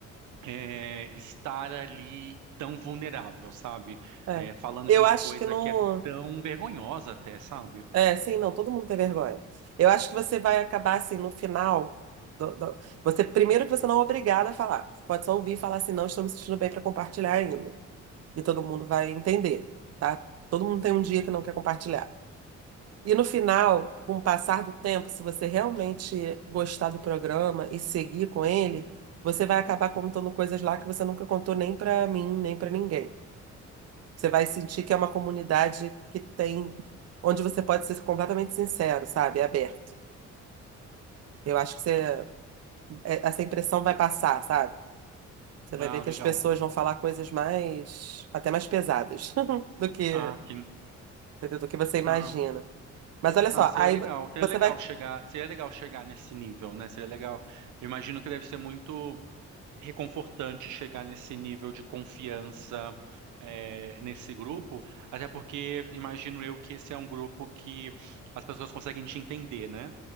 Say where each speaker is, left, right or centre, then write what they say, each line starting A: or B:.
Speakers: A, on the right; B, on the right.
A: é, estar ali tão vulnerável, sabe?
B: é.
A: É, falando
B: Eu
A: de uma
B: acho
A: coisa
B: que no.
A: que é tão vergonhosa até, sabe?
B: É, sim, não, todo mundo tem vergonha. Eu acho que você vai acabar assim, no final. do- do- Você, primeiro que você não é obrigada a falar. Você pode só ouvir e falar assim, não, estou me sentindo bem para compartilhar ainda. e todo mundo vai entender, tá? Todo mundo tem um dia que não quer compartilhar. E no final, com o passar do tempo, se você realmente gostar do programa e seguir com ele, você vai acabar contando coisas lá que você nunca contou nem pra mim, nem pra ninguém. Você vai sentir que é uma comunidade que tem, onde você pode ser completamente sincero, sabe? Aberto. Eu acho que você, é- essa impressão vai passar, sabe? Você vai
A: Ah,
B: ver que
A: legal.
B: as pessoas vão falar coisas mais, até mais pesadas <laughs> do que,
A: Ah, sim.
B: entendeu? Do que você imagina.
A: Ah,
B: Mas olha
A: ah,
B: só,
A: seria
B: aí
A: legal.
B: vo-
A: Seria
B: você
A: legal
B: vai.
A: chegar, seria legal chegar nesse nível, né? Seria legal. Eu imagino que deve ser muito reconfortante chegar nesse nível de confiança é, nesse grupo, até porque imagino eu que esse é um grupo que as pessoas conseguem te entender, né?